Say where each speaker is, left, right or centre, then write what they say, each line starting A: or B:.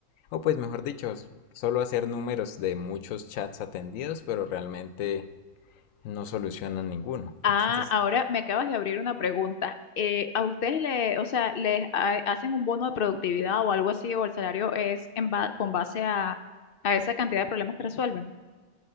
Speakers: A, on the left; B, on the left.
A: O pues mejor dicho, solo hacer números de muchos chats atendidos, pero realmente no solucionan ninguno. <laughs>
B: Ah,
A: Entonces,
B: ahora me acabas de abrir una pregunta. Eh, ¿a ustedes le, o sea, les ha- hacen un bono de productividad o algo así, o el salario es en ba- con base a, a esa cantidad de problemas que resuelven?